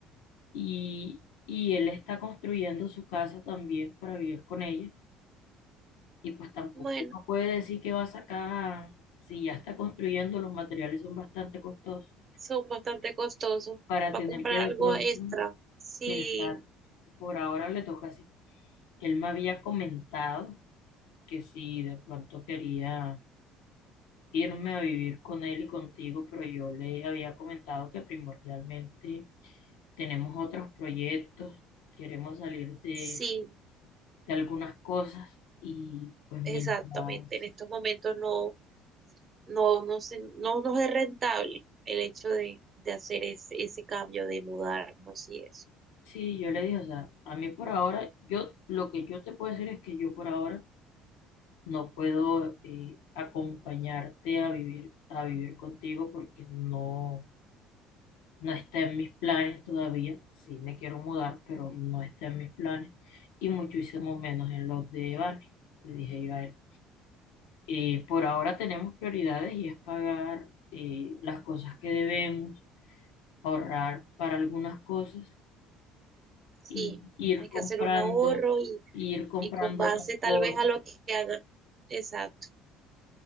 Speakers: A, on the left (about 80°); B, on the right (about 40°).
A: y, y él está construyendo su casa también para vivir con ella, y pues tampoco
B: Bueno,
A: uno puede decir que va a sacar, si ya está construyendo, los materiales son bastante costosos,
B: son bastante costosos.
A: para tener
B: Va a comprar
A: que de
B: algo
A: pronto,
B: extra. Sí,
A: exacto, por ahora le toca así. Él me había comentado que si de pronto quería irme a vivir con él y contigo, pero yo le había comentado que primordialmente tenemos otros proyectos, queremos salir de,
B: sí,
A: de algunas cosas y pues
B: exactamente.
A: mientras,
B: En estos momentos no, no, no se- no nos es rentable el hecho de, de hacer ese, ese cambio, de mudarnos y eso.
A: sí, yo le dije, o sea, a mí por ahora, yo lo que yo te puedo decir es que yo por ahora no puedo eh, acompañarte a vivir, a vivir contigo porque no. No está en mis planes todavía. Sí, me quiero mudar, pero no está en mis planes. Y muchísimo menos en los de Vane, le dije yo a él. Eh, por ahora tenemos prioridades y es pagar eh, las cosas que debemos, ahorrar para algunas cosas
B: Sí,
A: y ir
B: hay
A: comprando,
B: que hacer un ahorro y,
A: y ir comprando
B: y con base
A: otras
B: tal
A: cosas.
B: vez a lo que haga. Exacto.